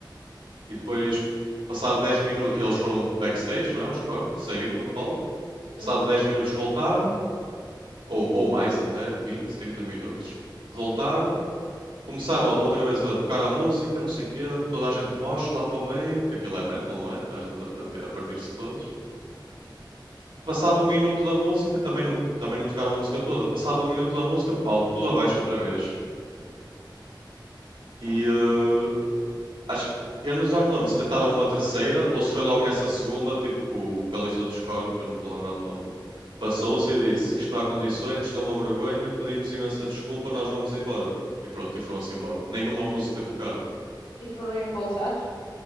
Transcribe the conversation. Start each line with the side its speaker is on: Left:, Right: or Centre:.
Right: E depois, passado 10 minutos, eles foram backstage, não é? Os cornos, saíram do palco.
Left: sim, sim,
Right: Passado 10 minutos voltaram, ou, ou mais até, 20 30 minutos,
Left: sim,
Right: voltaram, começaram a- outra vez a tocar a música, não sei o quê, toda a gente mosh lá para o meio, que aquilo é metal, não é? Toda a gente a partir-
Left: sim,
Right: a partir-se todos. Passado um minuto da música, também não, também não tocaram a música toda. Passado um minuto da música, pau, tudo abaixo outra vez. E eh, acho, eu não, já não me lembro se tentaram uma terceira ou se foi logo nessa
Left: sim,
Right: segunda, tipo com o vocalista dos Korn, que eu não me estou a lembrar do nome Passou-se
Left: sim.
Right: e disse: Isto não há condições, isto é uma vergonha, pedimos imensa desculpa, nós vamos embora. E pronto, e foram-se embora. Nenhuma música tocaram.
Left: E foram reembolsados?